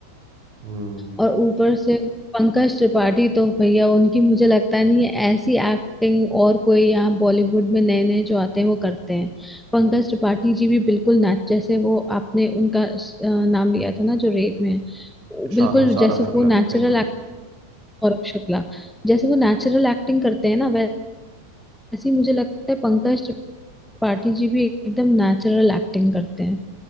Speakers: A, on the right; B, in the centre.
A: हम्म
B: और ऊपर से वो पंकज त्रिपाठी तो भैया उनकी मुझे लगता नहीं है ऐसी एक्टिंग और कोई यहाँ बॉलीवुड में नए नए जो आते हैं वो करते हैं पंकज त्रिपाठी जी भी बिल्कुल ना जैसे वो आपने उनका अ, नाम लिया था ना जो रेड में है
A: सौ-
B: बिल्कुल
A: सौरभ
B: जैसे
A: शुक्ला
B: वो नेचुरल
A: बिल्कुल
B: एक्ट और शुक्ला जैसे वो नेचुरल एक्टिंग करते हैं ना वैसे ही मुझे लगता है पंकज त्रिपाठी जी भी एकदम नेचुरल एक्टिंग करते हैं